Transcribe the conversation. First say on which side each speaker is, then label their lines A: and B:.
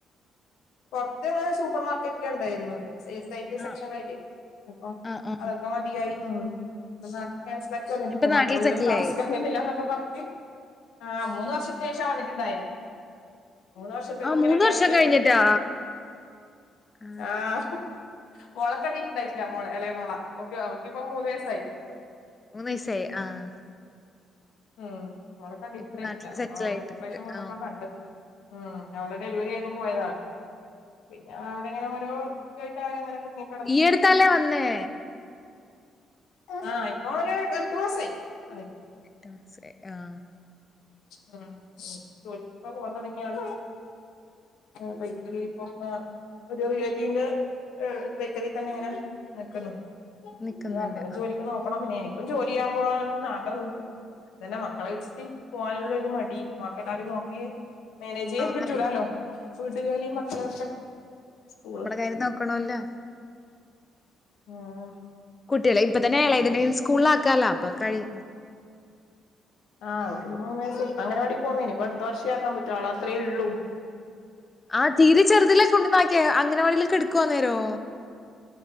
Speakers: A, on the left (about 80°); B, on the left (about 30°).
A: പുറത്ത്. സൂപ്പർ മാർക്കറ്റില ഉണ്ടായിരുന്നുത്. സെയിൽസ് ആയിട്ട്
B: ആ
A: സെക്ഷനറയിട്ട് ഇപ്പം
B: ആ ആ
A: അതൊക്കെ മതിയായി. ഉം ഇപ്പോ നാട്ടില <unintelligible>
B: ഇപ്പൊ നാട്ടിൽ
A: മക്കള കൂടെ
B: സെറ്റിലായി
A: ഒന്നും താമസിക്കാൻ വരുന്നില്ലാന്നൊക്കെ പറഞ്ഞിട്ട് ആ മൂന്ന് വർഷത്തിന് ശേഷാ വന്നിട്ടുണ്ടായേ മൂന്ന് വർഷത്തില്
B: ആ
A: ഇങ്ങനെ
B: മൂന്ന്
A: ഗ്യാപ്പില്ലല്ലോ.
B: വർഷം കഴിഞ്ഞിട്ടാ ആ
A: ആഹ് മോളെ കണ്ടിട്ടുണ്ടായിട്ടില്ല മോളെ എളയ മോള ഓക്ക് അവക്കിപ്പം മൂന്ന് വയസ്സായി-
B: മൂന്ന് വയ്സായി ആഹ്.
A: ഉം മോളെ കണ്ടിട്ടുണ്ടായിട്ടില്ല
B: ഇപ്പൊ നാട്ടില്
A: അപ്പൊ
B: സെറ്റിൽ
A: അവള്
B: ആയിട്ടുണ്ട്
A: ഇപശ്യാം വന്നപ്പോ
B: ആ
A: കണ്ടത്- ഉം അവളെ ഡെലിവറി ആയിക്കും പോയതാണ്- പിന്നെ അവിടെ ഇങ്ങനെ ഓരോ <unintelligible>
B: ഈ അടുത്താലേ വന്നേ?
A: ആഹ് ഇപ്പ അവര് എട്ട് മാസായി വന്നിട്ട്.
B: എട്ട് മാസായി ആഹ്.
A: ഉം <unintelligible> ജോലിക്ക് പോവാൻ തൊടങ്ങിയാള് ആഹ്ബെയിക്കറി പോന്ന്. ഒരു റിലേറ്റീവിന്റെ എ ബേക്കറി തന്നെ ഇങ്ങനെ നിക്കുന്ന്.
B: നിക്കുന്നുണ്ട്
A: ഇനി അവളും
B: ആഹ്
A: ജോലിക്ക് നോക്കണം പിന്നെ എനിക്കും ജോലി ചെയ്യാൻ പോകൻ ആഗ്രഹവുണ്ട്. തെന്നെ മക്കെളെ വെച്ചിട്ട് പോവാന്ള്ളൊരു ബാക്കെല്ലാരിം നോക്കി മേനേജെയ്യാം
B: ആഹ്
A: പറ്റൂലാലോ വീട്ട് ജോലീം മക്കളെ ഒക്കെ സ്കൂള്
B: നോക്കാെണോല്ലാ
A: ആഹ്
B: കുട്ടികള് ഇപ്പ തന്നെ എളെയതിനെ സ്കൂൾലാക്കാലാ അപ്പ കയ്
A: ആഹ് അവക്കിപ്പോ മൂന്ന് വയ്സ് ഇപ്പ അങ്ങനവാടി പോന്നേ നിയിപ്പ അട്ത്ത വർഷേ ആക്കാം പറ്റു ആള അത്രേ ഇള്ളൂ
B: ആഹ് തീരെ ചെർതിലെ കൊണ്ട്ന്നാക്യെ അങ്ങനവാടില്ക്ക്ട്ക്ക്വൊ അന്നേരോ